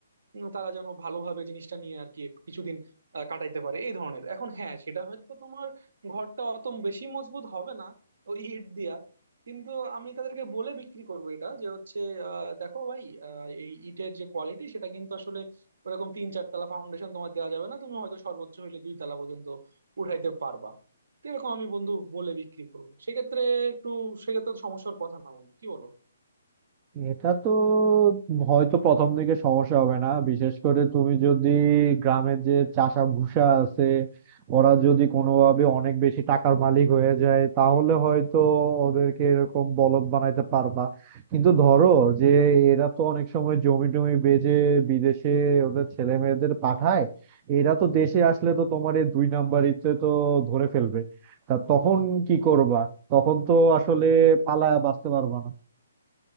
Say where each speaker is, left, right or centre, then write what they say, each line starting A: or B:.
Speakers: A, on the right; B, on the right.
A: উম তারা যেন ভালোভাবে জিনিসটা নিয়ে আর কি একটু কিছুদিন আহ, কাটাইতে পারে এই ধরনের এখন হ্যাঁ সেটা হয়তো তোমার ঘরটা অত বেশি মজবুত হবে না ওই ইট দিয়া কিন্তু আমি তাদেরকে বলে বিক্রি করবো এটা যে হচ্ছে আহ, দেখো ভাই আহ, এই ইটের যে কোয়ালিটি সেটা কিন্তু আসলে ওরকম তিন চারতলা ফাউন্ডেশন তোমার দেওয়া যাবে না তুমি হয়তো সর্বোচ্চ হইলে দুই তলা পর্যন্ত উঠাইতে পারবা তো এরকম আমি বন্ধু বলে বিক্রি করবো সেক্ষেত্রে একটু সেক্ষেত্রে তো সমস্যার কথা না বন্ধু কি বলো
B: এটা তো হয়তো প্রথম দিকে সমস্যা হবে না বিশেষ করে তুমি যদি গ্রামের যে চাষা ভুষা আছে ওরা যদি কোনোভাবে অনেক বেশি টাকার মালিক হয়ে যায় তাহলে হয়তো ওদেরকে এরকম বলদ বানাইতে পারবা কিন্তু ধরো যে এরা তো অনেক সময় জমি টমি বেচে বিদেশে ওদের ছেলে মেয়েদের পাঠায় এরা তো দেশে আসলে তো তোমার এই দুই নাম্বারিতে তো ধরে ফেলবে তা তখন কি করবা তখন তো আসলে পালায়া বাঁচতে পারবা না